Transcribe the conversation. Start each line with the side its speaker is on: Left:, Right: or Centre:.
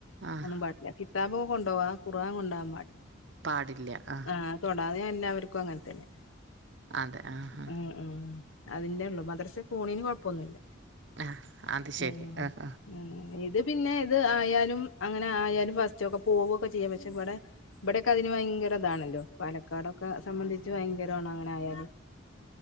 Right: ആഹ്
Left: ഒന്നും പാടില്ല കിതാബ് ഒക്കെ കൊണ്ടോവാ ഖുർആൻ കൊണ്ടോവാൻ പാടി
Right: പാടില്ല ആ
Left: ആഹ് തൊടാതെ എല്ലാവർക്കും അങ്ങൻ തന്നെ
Right: അതെ ആഹ് ആഹ്
Left: ഉം ഉം അതിന്റെ ഉള്ളൂ മദ്രസ പോണീന് കൊഴപ്പൊന്നുല്ല
Right: ആഹ് അത് ശരി
Left: ഉം
Right: ആഹ്
Left: ഉം ഇത് പിന്നെ ഇത് ആയാലും അങ്ങനെ ആയാലും ഫസ്റ്റ് ഒക്കെ പോവ ഒക്കെ ചെയ്യാം പക്ഷെ ഇവടെ ഇവടെയൊക്കെ അതിന് ഭയങ്കര ഇതാണല്ലോ പാലക്കാടൊക്കെ സംബന്ധിച്ച് ഭയങ്കരാണ് അങ്ങനെ ആയാല്